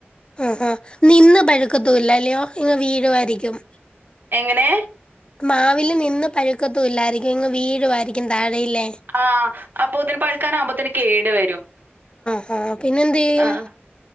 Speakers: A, on the left; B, on the right.
A: ആഹ് ആഹ് നിന്ന് പഴുക്കത്തില്ല അല്ലയോ ഇങ്ങനെ വീഴുമായിരിക്കും
B: എങ്ങനെ
A: മാവിൽ നിന്ന് പഴുക്കത്തുല്ലായിരിക്കും ഇങ്ങ് വീഴുമായിരിക്കും താഴെയില്ലേ
B: ആഹ് അപ്പൊതിന് പഴുക്കാനാകുമ്പത്തിന് കേട് വരും
A: ആഹ് പിന്നെ എന്ത് ചെയ്യും
B: ആഹ്